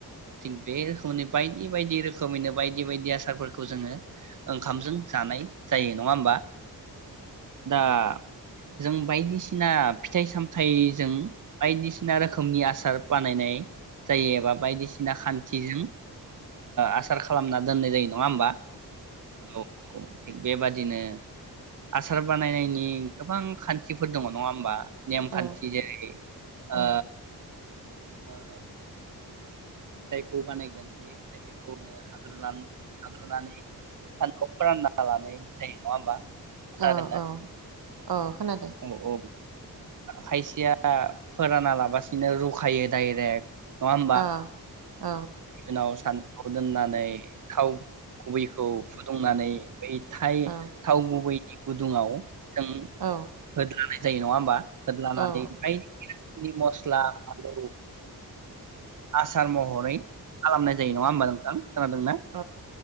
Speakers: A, on the right; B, on the right.
A: थिग बे खनि बायदि बायदि रोखोमैनो बायदि बायदि आसारफोरखौ जोङो ओंखामजों जानाय जायो नङा होमबा? दा जों बायदिसिना फिथाइ सामथाइजों बायदिसिना रोखोमनि आसार बानायनाय जायो एबा बायदिसिना खान्थिजों आसार खालामना दोननाय जायो नङा होमबा औ थिग बेबादिनो आसार बानायनायनि गोबां खान्थिफोर दङ नङा होमबा? नेमखान्थि
B: औ
A: जेरै ओ
B: औ
A: ओ फिथाइखौ बानायगोन बे <unintelligible> लाग्रोनानै सान्दुंआव फोरानना लानाय जायो नङा होमबा? खोनादोंना
B: औ औ औ खोनादों।
A: औ औ खायसेया फोराना लाबसिनो रुखायो दडायरेक्ट नङा ओमबा?
B: औ औ
A: उनाव सान्दुंव दोननानै थाव गुबैखौ फुदुंनानै बै थ
B: औ
A: थाव गुबैनि गुदुङाव जों
B: औ
A: होद्लानाय जायो नङा होमबा होद्लानानै
B: औ
A: बायदि रोखोमनि मस्ला फालौ आसार महरै खालामनाय जायो नङा होमबा नोंथां खोनादोंना
B: औ